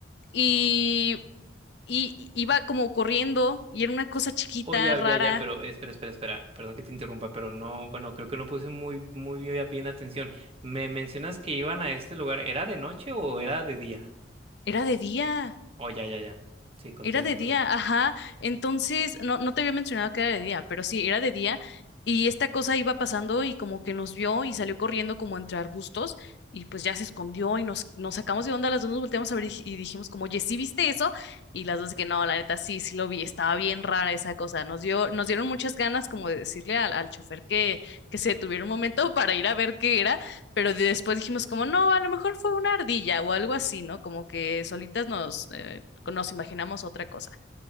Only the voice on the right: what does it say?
Oh, ya,
ya, ya, pero espera, espera, espera. Perdón que te interrumpa, pero no, bueno, creo que no puse muy, muy bien atención. Me mencionas que iban a este lugar. ¿Era de noche o era de día?
Oh, ya, ya, ya. Sí, continúa,
perdón.